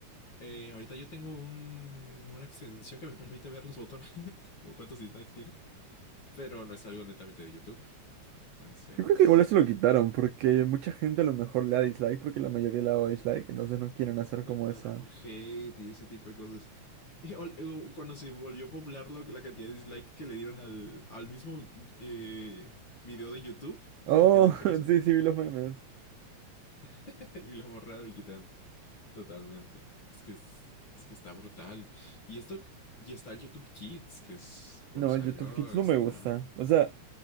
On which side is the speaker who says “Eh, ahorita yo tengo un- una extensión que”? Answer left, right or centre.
Left